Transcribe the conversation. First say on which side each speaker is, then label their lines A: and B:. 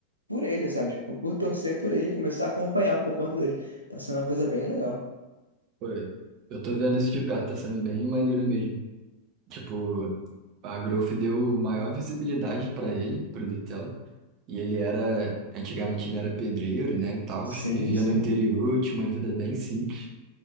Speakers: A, on the right; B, on the right.
A: por ele, sabe? Tipo, por torcer por ele, começar a acompanhar por conta dele. Tá sendo uma coisa bem legal.
B: Pô, eu tô vendo isso de perto, tá sendo bem maneiro mesmo. Tipo, a Growth deu maior visibilidade para ele, pro Bitelo. E ele era, antigamente ele era pedreiro, né, e tal,
A: Sim,
B: vivia
A: sim,
B: no interior, tinha uma vida bem simples.